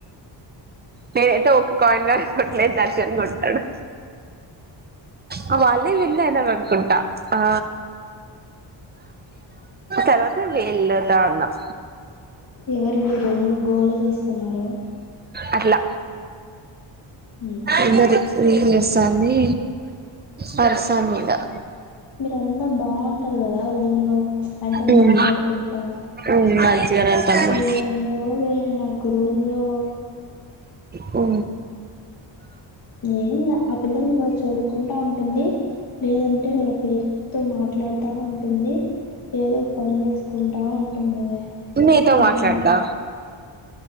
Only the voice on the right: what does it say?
నేనైతే ఒక కాయిన్ గాని కొట్టలేదు దర్శన్ కొట్టాడు. ఆ వాళ్ళే విన్ అయ్యారు అనుకుంటా ఆ. తర్వాతా వీళ్ళతో ఆడినం.
అట్ల
అందరు రీల్ చేస్తాంది పర్సన్గా
ఉమ్
ఉమ్ మంచిగానే అంటాంలే
ఒ
న్నయతో
మాట్లాడ్తా